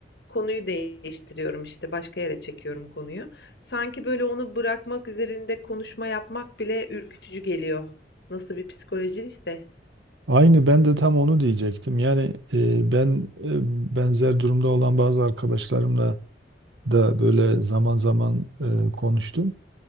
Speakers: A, on the left (about 60°); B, on the right (about 80°).
A: Konuyu değiştiriyorum işte başka yere çekiyorum konuyu. Sanki böyle onu bırakmak üzerinde konuşma yapmak bile ürkütücü geliyor. Nasıl bir psikolojiyse.
B: Aynı ben de tam onu diyecektim. Yani e, ben e, benzer durumda olan bazı arkadaşlarımla da böyle zaman zaman e, konuştum.